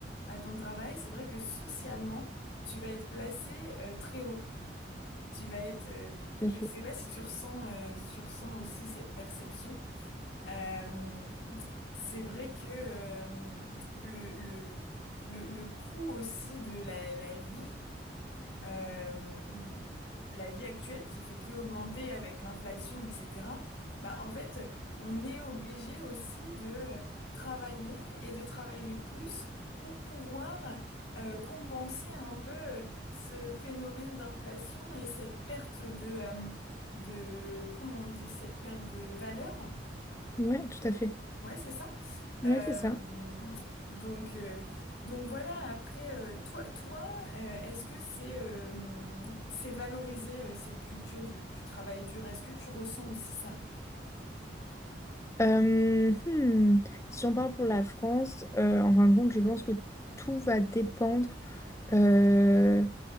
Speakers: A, on the left; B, on the left.
A: à ton travail, c'est vrai que socialement, tu vas être placé euh, très haut. Tu vas être, euh,
B: tout
A: je
B: à fait.
A: ne sais pas si tu ressens, euh, tu ressens aussi cette perception. Euh, c'est vrai que euh, le, le, le, le coût aussi de la, la vie, euh, la vie actuelle qui fait que augmenter avec l'inflation, etc., bah, en fait, on est obligé aussi de travailler et de travailler plus pour pouvoir euh, compenser un peu euh, ce phénomène d'inflation et cette perte de, euh, de, comment on dit, cette perte de valeur.
B: Ouais, tout à fait.
A: Ouais, c'est ça. Euh,
B: Ouais, c'est ça.
A: donc, euh, donc voilà, après, euh, toi, toi euh, est-ce que c'est euh, c'est valorisé euh, cette culture du, du travail dur? Est-ce que tu ressens aussi ça?
B: Euh, hmm, Si on parle pour la France, euh, en fin de compte, je pense que tout va dépendre. euh,